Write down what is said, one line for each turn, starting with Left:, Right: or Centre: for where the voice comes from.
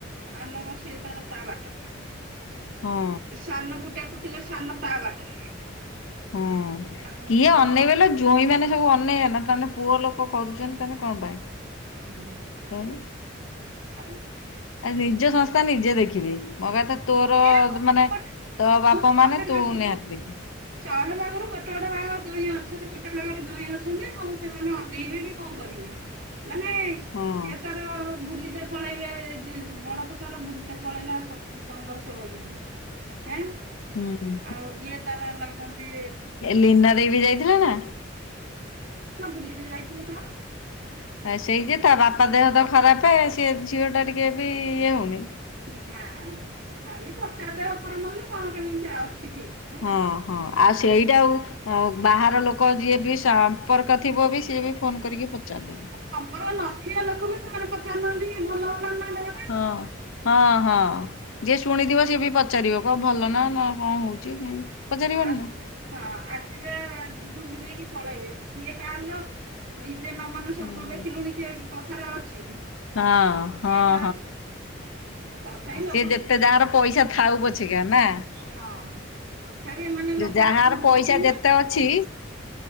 Right: ଆଲୋକ ସିଏ ତାର ତା ବାଟରେ
Left: ହଁ
Right: ସାନକୁ ଟେକୁଥିଲେ, ସାନ ତା ବାଟରେ।
Left: ହଁ,
Right: ଆଉ
Left: କିଏ
Right: ଯୋଉ
Left: ଅନେଇବେ ଲୋ ଜୋଇଁମାନେ ସବୁ ଅନେଇବେ ନା, ତାହେନେ ପୁଅ ଲୋକ କରୁଛନ୍ତି ତାହେନେ କଣ ପାଇଁ?
Right: ହୁଁ।
Left: କଣ?
Right: ଆଉ
Left: ଆରେ ନିଜ ସଂସ୍ଥା ନିଜେ ଦେଖିବେ। ମୋ କହିଆକଥା ତୋର
Right: ଗୋଟିଏରେ ଗୋଟିଏ
Left: ମାନେ
Right: ଗୋଟିଏ
Left: ତୋ ବାପା
Right: ମୁଁ ଶହେ
Left: ମାନେ ତୁ
Right: ଭାଗରୁ
Left: ନିହାତି ଦେଖିବୁ।
Right: ଶହେ ଭାଗରୁ ଗୋଟେ ଗୋଟେ ଭାଗ ଜୋଇଁ ଅଛନ୍ତି ଗୋଟେ ଭାଗରେ ଜୋଇଁ ଅଛନ୍ତି, ହଉ ସେମାନେ ଅନେଇବେ କି କଣ କରିବେ? ମାନେ ସିଏ
Left: ହଁ
Right: ତାର ବୁଲିତେ ପଳେଇବେ, ଯେ ବଡ ତ ତାର ବୁଲିିତେ ପଳେଇଲା ସ ପନ୍ଦର ଷୋହଳ ଦିନି। ଏଁ?
Left: ହୁଁ
Right: ଆଉ ଇଏ ତାର ଏମାନେ କଣ ତି
Left: ଲିନା ଦେଇ ବି ଯାଇଥିଲା ନା?
Right: ହଁ, ବୁଲିତେ ଯାଇଥିଲେ ତ।
Left: ଏ ସେଇଟି ତା ବାପା ଦେହ ତ ଖରାପେ ସେ ଝିଅଟା ଟିକେ ବି ଇଏ ହଉନେଇ।
Right: ନା, ଖାଲି ପଚାର ଦବ ଉପର ମହଲ କଣ କେମିତି ଅଛି ଠିକ। ହେଲା
Left: ହଁ, ହଁ। ଆଉ ସେଇଟା ଆଉ ଆଉ ବାହାର ଲୋକ ଯିଏ ବି ସମ୍ପର୍କ ଥିବ ବି ସିଏ ବି ଫୋନ କରିକି ପଚାରିଦେବେ।
Right: ସମ୍ପର୍କ ନଥିବା ଲୋକ ବି ସେମାନେ ପଚାରୁନାହାଁନ୍ତି କି, ଭଲ ହେଲାଣି ନା ଦେହ
Left: ହଁ, ହଁ ହଁ। ଯିଏ ଶୁଣିଥିବ, ସିଏ ବି ପଚ ପଚାରିବ, କହିବ ଭଲନା, ନା କଣ ହଉଛି, ସେନ୍ତି ପଚାରିବନି
Right: ଆସିବେ
Left: ନା?
Right: ହଁ, ଆସିବେ ଡୁଙ୍ଗି ଦେଇକି ପଳେଇବେ, କିଏ କାହାର ଲୋ। ନିଜେ ନ ମନେ ସ୍ୱର୍ଗ
Left: ହୁଁ
Right: ଦେଖିଲୁଣି କିଏ କଥାରେ ଅଛି,
Left: ହଁ
Right: ଆଉ କିଏ
Left: ହଁ
Right: କାହାର। ତଥାପି
Left: ହଁ
Right: ଲୋକ
Left: ସିଏ ଯେତେ
Right: ବୁଝୁନାହାନ୍ତି
Left: ଯାହାର ପଇସା ଥାଉ ପଛେ କି ନା?
Right: ହଁ। ତଥାବି ଏମାନେ ଲୋକରାକ
Left: ଯାହାର
Right: କଣ ବୁଝୁଛନ୍ତି
Left: ପଇସା
Right: ନା।
Left: ଯେତେ ଅଛି